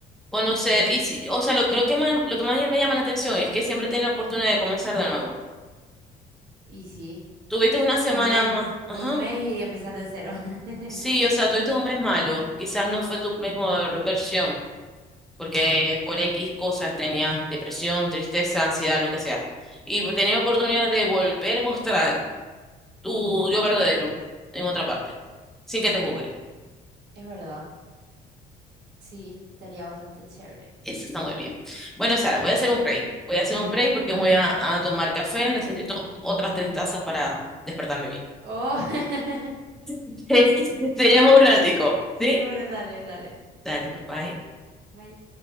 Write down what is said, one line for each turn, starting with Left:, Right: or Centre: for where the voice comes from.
Centre: conocer, y sí, o sea, lo, creo que más, lo que más me llama la atención es que siempre tienes la oportunidad de comenzar de nuevo.
Right: Y sí,
Centre: Tuviste una semana
Right: un mes,
Centre: más,
Right: un
Centre: ajá,
Right: mes y empezar de cero. <laughs>
Centre: sí, o sea, tuviste un mes malo, quizás no fue tu mejor versión, porque por X cosas tenías depresión, tristeza, ansiedad, lo que sea, y tenías oportunidad de volver a mostrar tu yo verdadero en otra parte, sin que te juzguen.
Right: Es verdad, sí, estaría bastante chévere.
Centre: Eso está muy bien. Bueno, Sara, voy a hacer un break. Voy a hacer un break porque voy a, a tomar café. Necesito otras tres tazas para despertarme bien.
Right: Oh, <laughs>
Centre: <laughs> Te llamo un ratico, ¿sí?
Right: bueno, dale, dale.
Centre: Dale, pues bye.
Right: Bye.